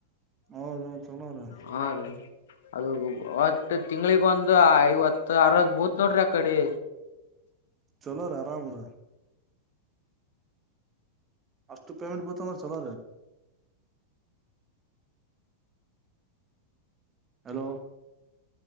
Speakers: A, on the right (about 25°); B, on the left (about 60°).
A: ಹೌದೌದು ಚಲೋರಿ
B: ಹಾ ರೀ ಅದು ಅವತ್ತ ತಿಂಗಳಿಗ ಒಂದು ಐವತ್ತು ಆರ್ ಭೂತ್ ನೋಡ್ರಿ ಆ ಕಡೆ
A: ಚಲೋ ರ ಆರಾಮ ರ ಅಷ್ಟು ಪೇಮೆಂಟ್ ಬತ ಸಲ್ಲ ರ ಹಲೋ